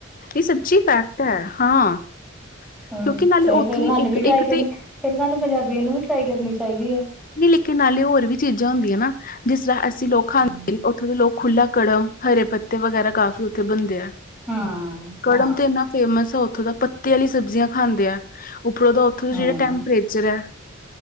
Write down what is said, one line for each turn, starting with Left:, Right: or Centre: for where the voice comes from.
Left: ਏ ਸੱਚੀ ਫੈਕਟ ਐ, ਹਾਂ।
Centre: ਹੂੰ
Left: ਕਿਉਂਕਿ ਨਾਲੇ
Centre: ਫਿਰ
Left: ਉੱਥੇ
Centre: ਸਾਨੂੰ
Left: ਇੱਕ
Centre: ਵੀ ਟਰਾਈ
Left: ਇੱਕ
Centre: ਕਰਨੀ,
Left: ਤੇ
Centre: ਫਿਰ ਸਾਨੂੰ ਪੰਜਾਬੀਆਂ ਨੂੰ ਵੀ ਟਰਾਈ ਕਰਨੀ ਚਾਈਦੀਐ।
Left: ਨਈਂ, ਲੇਕਿਨ ਨਾਲੇ ਹੋਰ ਵੀ ਚੀਜਾ ਹੁੰਦੀਆਂ ਨਾ। ਜਿਸ ਤਰ੍ਹਾਂ ਅਸੀ ਲੋਕ ਖਾਂਦੇ,
Centre: ਹਾਂ
Left: ਓਥੋ ਦੇ ਲੋਕ ਖੁੱਲਾ ਕੜਮ, ਹਰੇ ਪੱਤੇ ਵਗੈਰਾ ਕਾਫ਼ੀ ਓਥੇ ਬਣਦੇਆ।
Centre: ਹਾਂ
Left: ਕੜਮ ਤੇ ਏਨਾ ਫੇਮਸ ਐ ਓਥੋ ਦਾ, ਪੱਤੇ ਆਲੀ ਸਬਜਿਆਂ ਖਾਂਦੇ ਆ ਉਪਰੋ ਦਾ ਦਾ
Centre: ਹੂੰ
Left: ਜੇੜਾ ਟੈਂਪਰੇਚਰ ਐ